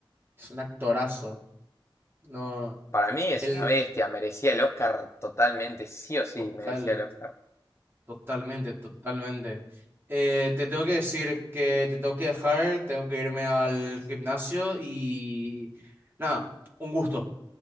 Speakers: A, on the right (about 25°); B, on the left (about 30°).
A: es un actorazo. No,
B: Para mí es
A: el
B: una bestia, merecía el Oscar totalmente, sí o sí,
A: total.
B: merecía el Oscar.
A: Totalmente, totalmente. Eh, te tengo que decir que te tengo que dejar, tengo que irme al gimnasio y nada, un gusto